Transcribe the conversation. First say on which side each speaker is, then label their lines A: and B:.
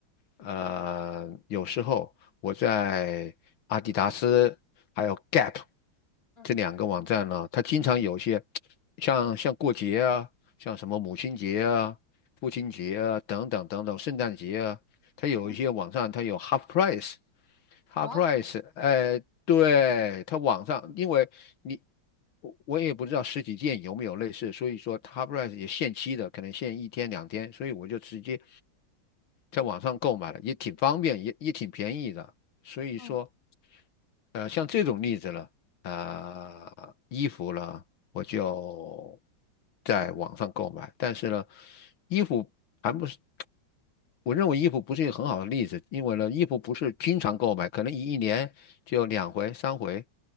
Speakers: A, on the left; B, on the left.
A: 呃有时候我在阿迪达斯还有 Gap
B: 嗯，
A: 这两个网站呢，它经常有些像像过节啊，像什么母亲节啊、父亲节啊等等等等，圣诞节啊，它有一些网站它有
B: 嗯，
A: half price。h
B: 然后，
A: a p r i c e 哎，对，它网上，因为你我我也不知道实体店有没有类似，所以说 h a p r i c e 也限期的，可能限一天两天，所以我就直接在网上购买了，也挺方便，也也挺便宜的。所以说，
B: 嗯，
A: 呃，像这种例子呢，呃，衣服呢，我就在网上购买，但是呢，衣服还不是。我认为衣服不是一个很好的例子，因为呢，衣服不是经常购买，可能一年就两回、三回，